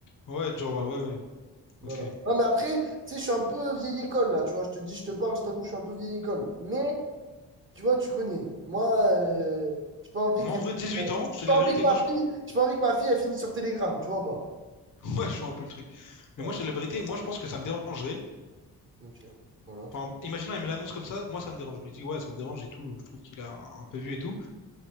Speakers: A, on the left (about 50°); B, on the right (about 30°).
A: Ouais, genre, ouais, ouais, ouais.
B: Voilà.
A: Ok.
B: Non, mais après, tu sais, je suis un peu vieille école, là, tu vois. Je te dis, je te parle, je t'avoue, je suis un peu vieille école. Mais. Tu vois, tu connais. Moi, euh, j'ai pas envie
A: Moi,
B: que.
A: en
B: euh,
A: vrai, dix-huit
B: j'ai
A: ans, je te
B: pas
A: dis la
B: envie
A: vérité.
B: que ma
A: Moi, je...
B: fille, j'ai pas envie que ma fille, elle finisse sur Telegram, tu vois ou pas?
A: <laughs> Ouais, je vois un peu le truc. Mais
B: Voilà.
A: moi, je te dis la vérité. Moi, je pense que ça me dérangerait.
B: Ok. Voilà.
A: Enfin, imagine, elle me l'annonce comme ça. Moi, ça me dérange. Je lui dis, ouais, ça me dérange et tout. Je trouve qu'il a un peu vieux et tout.